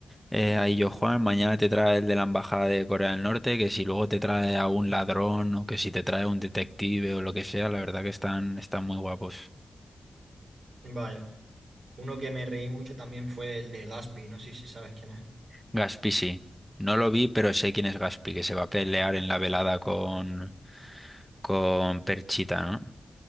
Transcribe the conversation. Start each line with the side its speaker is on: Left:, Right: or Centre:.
Centre: eh, a Illo Juan, mañana te trae el de la Embajada de Corea del Norte, que si luego te trae a un ladrón o que si te trae a un detective o lo que sea, la verdad que están, están muy guapos.
Right: Vaya, uno que me reí mucho también fue el de Gaspi, no sé si sabes quién es.
Centre: Gaspi sí. No lo vi, pero sé quién es Gaspi, que se va a pelear en la velada con, con Perchita, ¿no?